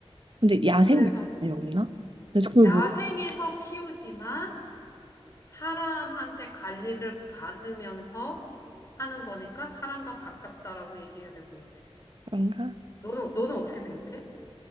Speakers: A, on the right (about 55°); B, on the left (about 30°).
A: 근데 야생
B: 그래서
A: 양은 아예 없나? 그래서 그걸
B: 야생에서
A: 몰라.
B: 키우지만 사람한테 관리를 받으면서 하는 거니까 사람과 가깝다라고 얘기해야 될 것 같아.
A: 그런가?
B: 너는, 너는 어떻게 생각해?